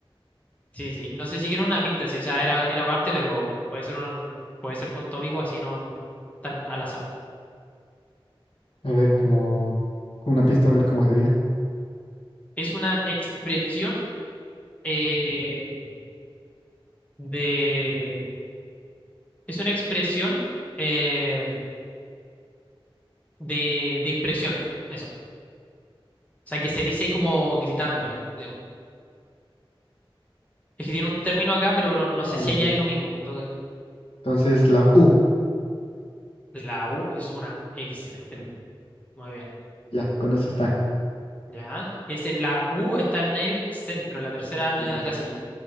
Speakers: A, on the left; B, on the left.
A: Sí, sí, no sé si era una pista, sí, o sea, era, era parte, pero puede ser una- puede ser con tópico, así no, no tan al azar.
B: A ver, como una pista, a ver cómo sería.
A: Es una expresión eh, de, es una expresión eh, de, de impresión. Eso. O sea, que se dice como gritándola. digamos. Es que tiene un término acá, pero no, no
B: Ah,
A: sé si
B: ok.
A: allá es lo mismo. Entonces,
B: Entonces la U,
A: la U es una excelente. Muy bien.
B: ya, con eso está.
A: Ya. Es el- la U está en el centro, en la tercera
B: Ok.
A: eh, casilla.